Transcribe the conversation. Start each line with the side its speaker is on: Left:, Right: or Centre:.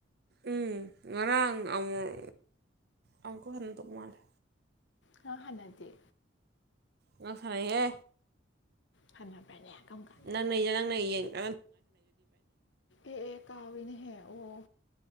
Right: ꯎꯪ ꯉꯔꯥꯡ ꯑꯉꯨꯡ꯬꯬ ꯑꯃꯨꯛꯀ ꯍꯟꯗꯧ ꯃꯥꯜꯂꯦ
Left: ꯈꯔ ꯍꯜꯂꯗꯤ
Right: ꯉꯁꯥꯢ ꯍꯦ
Left: ꯐꯪꯉꯕ꯭ꯔꯅꯦ ꯀꯝꯀꯥꯟꯗ
Right: UNINTELLIGIBLE
Left: ꯑꯦ ꯑꯦ ꯀꯥꯎꯔꯦꯅꯦꯍꯦ ꯑꯣꯑꯣ